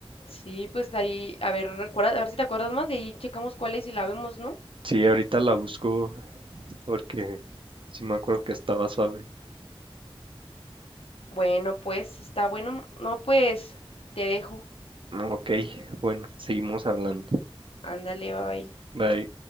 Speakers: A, on the left; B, on the right.
A: Sí, pues ahí, a ver, recuerda- a ver si te acuerdas más, de ahí checamos cuál es y la vemos, ¿no?
B: Sí, ahorita la busco porque sí me acuerdo que estaba suave.
A: Bueno, pues, está bueno. No, pues, te dejo.
B: Ok, bueno, seguimos hablando.
A: Ándale, bye.
B: Bye.